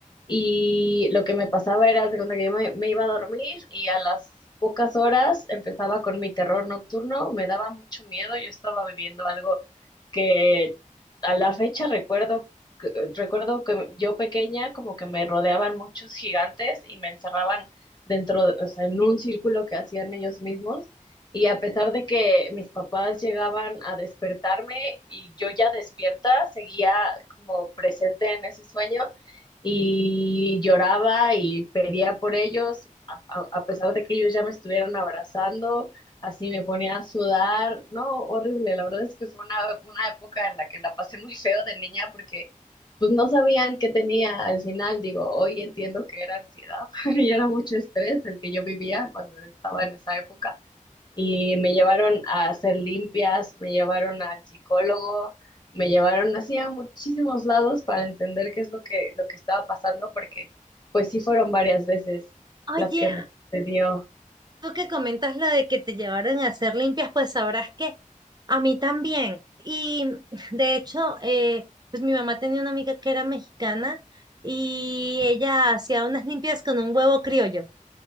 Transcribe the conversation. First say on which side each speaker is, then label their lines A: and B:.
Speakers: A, on the left; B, on the right.
A: Y lo que me pasaba era, haz de cuenta que yo me, me iba a dormir y a las pocas horas empezaba con mi terror nocturno. Me daba mucho miedo. Yo estaba viviendo algo que a la fecha recuerdo, que- recuerdo que yo pequeña como que me rodeaban muchos gigantes y me encerraban dentro, o sea, en un círculo que hacían ellos mismos. Y a pesar de que mis papás llegaban a despertarme y yo ya despierta, seguía como presente en ese sueño y lloraba y pedía por ellos, a, a- a pesar de que ellos ya me estuvieron abrazando, así me ponía a sudar, no, horrible, la verdad es que fue una, una época en la que la pasé muy feo de niña porque pues no sabían qué tenía al final, digo, hoy entiendo que era ansiedad, <laughs> y era mucho estrés el que yo vivía cuando estaba en esa época. Y me llevaron a hacer limpias, me llevaron al psicólogo, me llevaron así a muchísimos lados para entender qué es lo que, lo que estaba pasando, porque pues sí fueron varias veces
B: Oye,
A: las que me dio,
B: Tú que comentas lo de que te llevaron a hacer limpias, pues sabrás que a mí también. Y <laughs> de hecho, eh, pues mi mamá tenía una amiga que era mexicana y ella hacía unas limpias con un huevo criollo.